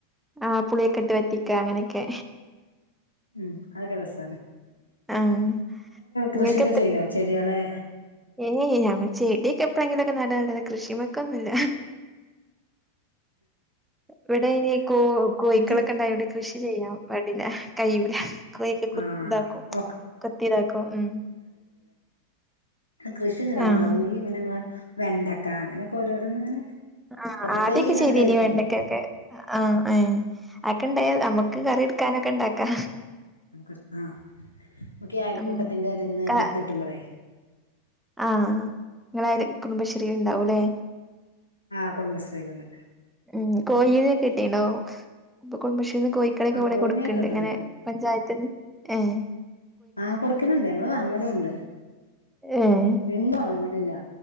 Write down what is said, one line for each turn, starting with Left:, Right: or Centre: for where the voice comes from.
Centre: ആ പുളിയൊക്കെ ഇട്ട് വറ്റിക്ക അങ്ങനെയൊക്കെ
Left: ഉം അത കെ <unintelligible>
Centre: ആഹ് ഇങ്ങക്ക
Left: കൃഷിയൊക്കെ ചെയ്യോ ചെടികളെ
Centre: ഏത് ഞമ്മ ചെടിയൊക്കെ എപ്പളങ്കി നട കൃഷിമൊക്കൊന്നുല്ല ഇവിടെ ഇനി കോ കോഴക്കളൊക്കെ
Left: എനിക്ക്
Centre: ഉണ്ടായി ഇവിടെ കൃഷി ചെയ്യാം വടില കയ്യുല കൈക്ക കുതാക്കോ
Left: ആഹ് ഒക്കെ
Centre: കത്തിതാക്കോ ഉം
Left: കൃഷിന്നില്ല
Centre: ആഹ്
Left: മുളകുന്തി ഇങ്ങനെ നമ്മളെ വെണ്ടക്ക അങ്ങനെയൊക്കെ ഓരോരോന്നും ഇങ്ങനെ
Centre: ആഹ്
Left: ഓരോ
Centre: ആദ്യമൊക്കെ
Left: തൈ രണ്ട്
Centre: ചെയ്തനി
Left: തൈയൊക്കെ
Centre: വെണ്ടക്കെ
Left: ഉണ്ടാവും
Centre: ഒക്കെ ആഹ് എഹ് അക്കെണ്ടായ നമ്മുക്ക് കറി എടുക്കാനക്കൊ ക്കെ ഇണ്ടാക്കാ
Left: നമ ആഹ് നമ്മക്കെ അയൽക്കൂട്ടത്തിന്റെ
Centre: ഉം
Left: ഇതിന്ന്
Centre: ക
Left: വിത്ത് കിട്ടുമ്പോളേ
Centre: ആഹ് നിങ്ങളായത് കുടുംബശ്രീൽ ഉണ്ടാവും ല്ലേ
Left: ആഹ് കുടുംബശ്രീയില്ണ്ട്
Centre: ഉം കോഴീനെ കിട്ടീണ്ടോ ഇപ്പോ കുടുംബശ്രീ ഇന്ന് കോഴിക്കളൊക്കെ
Left: ആഹ്
Centre: ഇവിടെ
Left: കോയിനെ
Centre: കൊടുക്ക്ണ്ട്
Left: കിട്ടണ്ട്
Centre: ഇങ്ങനെ പഞ്ചായത്തിന്ന് എഹ്
Left: ആഹ് കൊടുക്കലുണ്ട് ഞങ്ങള്ൾ വാങ്ങലുംണ്ട്
Centre: ഏഹ്
Left: ഇന്നു <unintelligible> ലില്ലാ